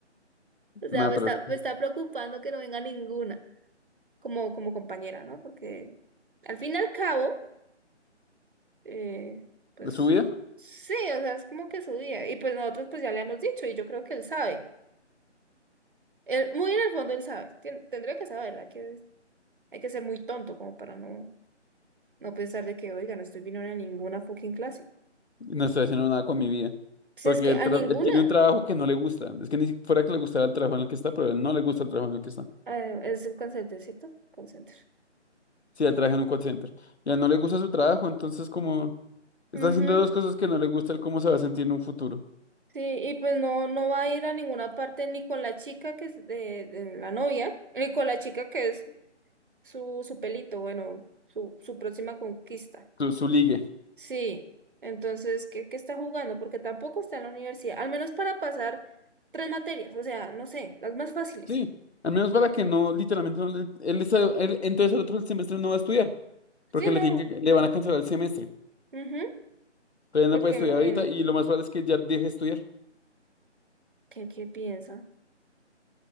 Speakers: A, on the right; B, on the left.
A: O sea,
B: Nada,
A: me
B: pero
A: está,
B: es-
A: me está preocupando que no venga ninguna como, como compañera, ¿no? Porque al fin y al cabo... eh, pues
B: de su vida
A: sí, o sea, es como que su día. Y pues nosotros pues ya le hemos dicho y yo creo que él sabe. Él, muy en el fondo él sabe. Tien- tendría que saber, hay que, hay que ser muy tonto como para no, no pensar de que, oiga, no estoy viniendo a ninguna fucking clase.
B: no estoy haciendo nada con mi vida.
A: Si
B: Porque
A: es que
B: él,
A: a
B: tra-
A: ninguna.
B: él tiene un trabajo que no le gusta. Es que ni si- fuera que le gustara el trabajo en el que está, pero él no le gusta el trabajo en el que está.
A: Eh, es un consenter, ¿cierto? Consenter.
B: Sí, él trabaja en un call center. Y a él no le gusta su trabajo, entonces como está
A: Ujú,
B: haciendo dos cosas que no le gusta, él cómo se va a sentir en un futuro.
A: Sí, y pues no, no va a ir a ninguna parte ni con la chica que es de, de la novia, ni con la chica que es su, su pelito, bueno, su, su próxima conquista.
B: Su, su ligue.
A: Sí, entonces, ¿qué, qué está jugando? Porque tampoco está en la universidad, al menos para pasar tres materias, o sea, no sé, las más fáciles.
B: Sí. Al menos para que no, literalmente, no le- él, está- él- entonces el otro semestre no va a estudiar. Porque
A: Sí,
B: le
A: no,
B: tienen que, le van a cancelar el semestre.
A: ujú,
B: Entonces él
A: porque
B: no puede estudiar
A: no viene.
B: ahorita y lo más probable es que ya deje de estudiar.
A: ¿Qué, qué piensa?